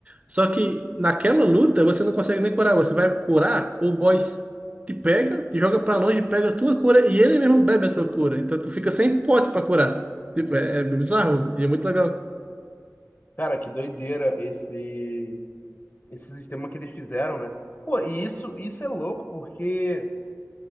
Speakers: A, on the right; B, on the left.
A: Só que naquela luta você não consegue nem curar. Você vai curar, o boss te pega, te joga pra longe, pega a tua cura e ele mesmo bebe a tua cura. Então tu fica sem pote pra curar. Tipo, é, é bizarro e é muito legal.
B: Cara, que doideira esse, esse sistema que eles fizeram, né? Pô, e isso, isso é louco, porque...